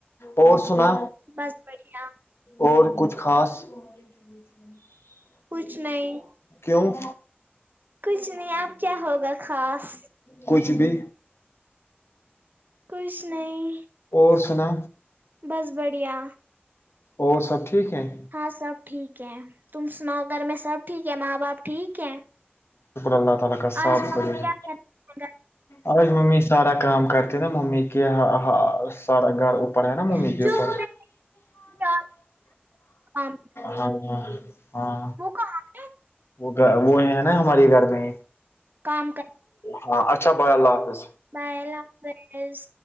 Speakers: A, on the left (about 85°); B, on the right (about 50°).
A: اور سنا
B: بس بڑھیا
A: اور کچھ خاص مار ج ج <unintelligible>
B: کچھ نہیں
A: کیوں
B: کچھ نہیں آب کیا ہوگا خاص
A: کچھ بھی
B: کچھ نہیں
A: اور سنا
B: بس بڑھیا
A: اور سب ٹھیک ہیں
B: ہاں سب ٹھیک ہے تم سناؤ گھر میں سب ٹھیک ہے ماں باپ ٹھیک ہے
A: اللہ تعالی کا ساتھ
B: آج ممی
A: پڑھی
B: کیا کرتی
A: ا ممی سارا کام کرتے نا ممی کے آا سارا گھر پڑیا نا ممی
B: ہیں؟
A: کے
B: جو
A: اوپر
B: تمہیں پیار کام
A: ہاں ہاں ہاں
B: وہ کہاں ہے
A: وہ گ وہ ہے نا ہمارے گھر میں
B: کام
A: ہاں اچھا بھائی اللہ حافظ
B: میں ل بیس